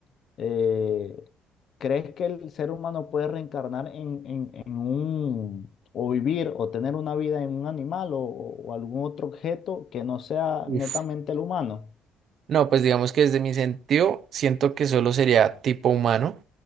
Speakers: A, on the left; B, on the right.
A: eh, ¿crees que el ser humano puede reencarnar en, en- en un, o vivir o tener una vida en un animal o, o algún otro objeto que no sea
B: Uf.
A: netamente el humano?
B: No, pues digamos que desde mi sentido siento que solo sería tipo humano